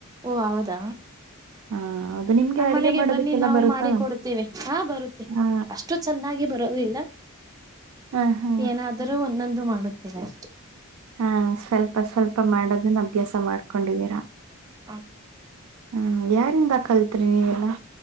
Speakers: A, on the right; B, on the right.
A: ಓ ಹೌದಾ
B: ಹಾ ಹೌದು ನಿಮ್ಗೆ
A: ನಮ್ಮ
B: ಅಡುಗೆ
A: ಮನೆಗೆ
B: ಮಾಡೋದಕ್ಕೆಲ್ಲ
A: ಬನ್ನಿ ನಾವು
B: ಬರುತ್ತಾ?
A: ಮಾಡಿಕೊಡ್ತೇವೆ ಹಾ ಬರುತ್ತೆ
B: ಆ
A: ಅಷ್ಟು ಚೆನ್ನಾಗಿ ಬರೋದಿಲ್ಲ
B: ಹಾ, ಹಾ.
A: ಏನಾದರೂ ಒಂದೊಂದು ಮಾಡುತ್ತೇನೆ ಅಷ್ಟೆ
B: ಹಾ ಸ್ವಲ್ಪ ಸ್ವಲ್ಪ ಮಾಡೋದನ್ನ ಅಭ್ಯಾಸ ಮಾಡ್ಕೊಂಡಿದೀರಾ
A: ಹೌದು
B: ಹ್ಮ್ ಯಾರಿಂದ ಕಲ್ತ್ರಿ ನೀವೆಲ್ಲಾ